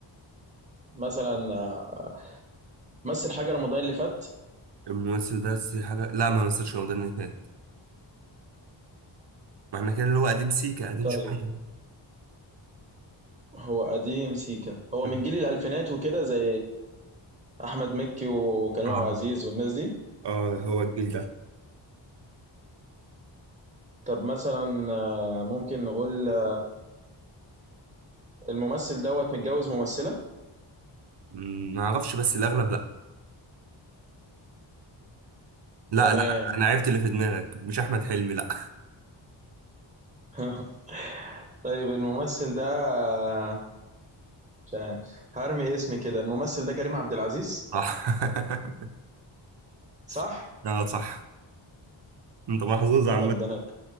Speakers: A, on the right; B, on the right.
A: مثلا آه، مثل حاجة رمضان اللي فات
B: الممثل ده بس حاجه لا ما مثلش رمضان اللي فات ما احنا كده اللي هو قديم سيكا قديم
A: طيب
B: شويه <clears throat>
A: هو قديم سيكا هو
B: مم.
A: من جيل الألفينات وكده زي احمد مكي وكريم
B: اه
A: عبد العزيز والناس دي
B: آه، هو الجيل ده
A: طب مثلا آه، ممكن نقول آه، الممثل دوت متجوز ممثلة
B: مم، ما اعرفش بس الاغلب لا لا
A: تمام
B: لا انا عرفت اللي في دماغك مش احمد حلمي لا
A: <laughs> طيب الممثل ده آه، مش عارف. هرمي اسمي كده الممثل ده كريم عبد العزيز
B: صح
A: صح
B: <laughs> اه صح انت محظوظ عامة
A: طب ده انا